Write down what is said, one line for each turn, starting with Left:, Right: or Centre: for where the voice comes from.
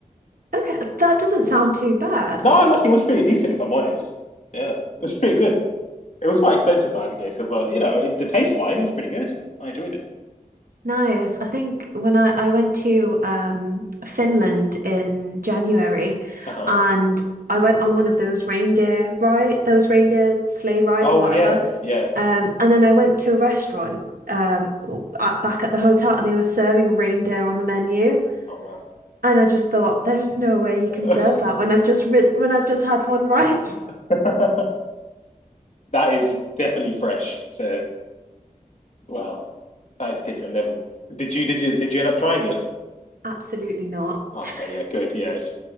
Right: Okay, that doesn't sound too bad.
Left: No, like it was pretty decent if I'm honest. Yeah, it was pretty good. It was quite expensive for alligator, but you know, it, the taste wise, it was pretty good. I enjoyed it.
Right: Nice. I think when I, I went to um, Finland in January
Left: Uh huh.
Right: and I went on one of those reindeer ride, those reindeer sleigh rides
Left: Oh
Right: or whatever.
Left: yeah, yeah.
Right: Um, and then I went to a restaurant um, w- at, back at the hotel and they were serving reindeer on the menu.
Left: Oh
Right: And I just thought, there's no way you
Left: wow.
Right: can serve that when I've just rid when I've just had one ride.
Left: <laughs> that is definitely fresh. So wow, that is different level. Did you did you did you end up trying it?
Right: <laughs> Absolutely not.
Left: Okay,
Right: <laughs>
Left: yeah, good. Yeah, it's